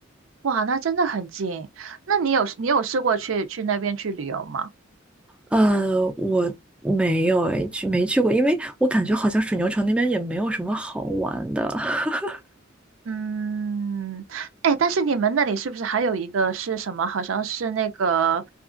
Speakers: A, on the right; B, in the centre.
A: 哇，那真的很近。那你有你有试过去去那边去旅游吗？
B: 呃，我没有诶，去没去过，因为我感觉好像水牛城那边也没有什么好玩的。<laughs>
A: 嗯，哎，但是你们那里是不是还有一个是什么？好像是那个